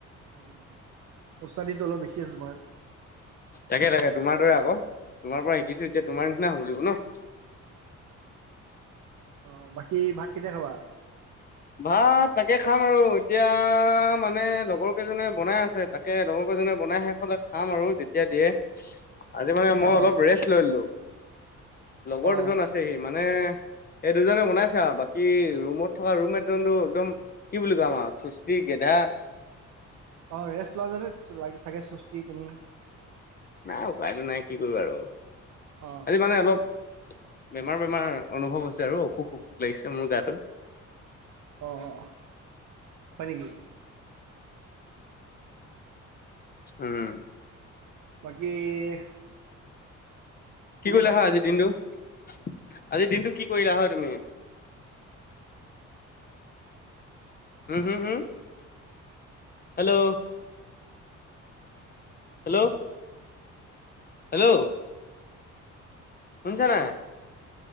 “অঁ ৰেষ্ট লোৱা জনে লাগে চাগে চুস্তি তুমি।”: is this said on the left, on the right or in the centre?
Right